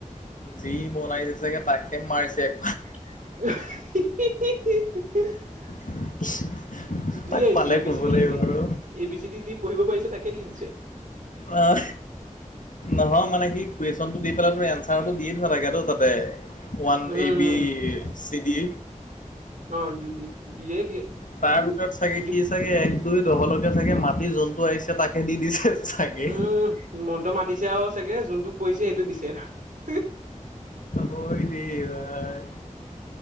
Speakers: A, on the left; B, on the right.
A: যি বনাইছে চাগে তাকে মাৰিছে এক
B: <inaudible>
A: <inaudible>
B: যি
A: তাক
B: আহিছে
A: পালে
B: এ বি
A: ক'ব
B: চি ডি
A: লাগিব
B: যি,
A: আৰু
B: এ বি চি দি যি পঢ়িব পাৰিছে তাকে দি দিছে।
A: অহ, নহয় মানে কি কৈছ কুৱেশ্যনটো দি পেলাই তোৰ এঞ্চাৰটো দিয়ে থোৱা থাকেতো তাতে। One
B: um,
A: A B C D.
B: অ', দি-দি দিয়ে দিয়ে।
A: তাৰ ভিতৰত চাগে
B: দি
A: সি চাগে এক দুই দহলকে চাগে মাতি যোনটো আহিছে তাকে দি দিছে। চাগে
B: উম, মন্ত্ৰ মাতিছে আৰু চাগে যোনটো পৰিছে সেইটো দিছে।
A: হয় দেই ভাই।